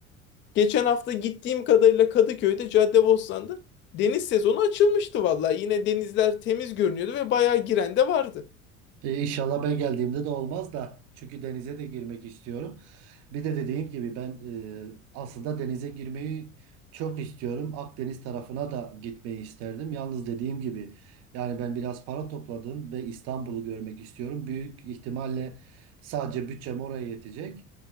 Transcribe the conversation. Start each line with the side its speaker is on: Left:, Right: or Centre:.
Left: Geçen hafta gittiğim kadarıyla Kadıköy'de Caddebostan'da deniz sezonu açılmıştı vallahi. Yine denizler temiz görünüyordu ve bayağı giren de vardı.
Right: E, İnşallah ben geldiğimde de olmaz da. Çünkü denize de girmek istiyorum. Bir de dediğim gibi ben e, aslında denize girmeyi çok istiyorum. Akdeniz tarafına da gitmeyi isterdim. Yalnız dediğim gibi yani ben biraz para topladım ve İstanbul'u görmek istiyorum. Büyük ihtimalle sadece bütçem oraya yetecek.